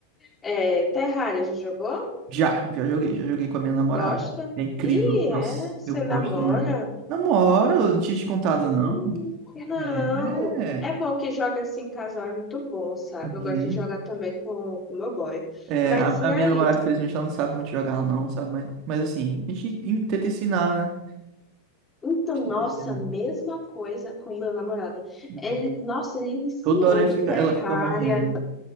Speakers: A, on the left (about 20°); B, on the right (about 50°).
A: É, Terraria, já jogou?
B: Já, já joguei, já joguei com a minha namorada.
A: Gosta?
B: É incrível.
A: Ih,
B: Nossa,
A: é? Você
B: eu gosto
A: namora?
B: muito. Namoro, não tinha te contado
A: Hum,
B: não.
A: não.
B: É,
A: É
B: é.
A: bom que joga assim em casal, é muito bom, sabe?
B: Uhum.
A: Eu gosto de jogar também com o meu boy.
B: É,
A: Mas
B: a,
A: e
B: a
A: aí?
B: minha namorada, infelizmente, ela não sabe muito jogar, ela não, sabe? Mas, mas assim, a gente in- tenta ensinar, né?
A: Então,
B: A gente
A: nossa,
B: tenta ensinar.
A: mesma coisa com meu namorado.
B: Uhum.
A: Ele, nossa, ele iniciou
B: Toda hora ele
A: no
B: fica,
A: Terraria.
B: ela fica morrendo.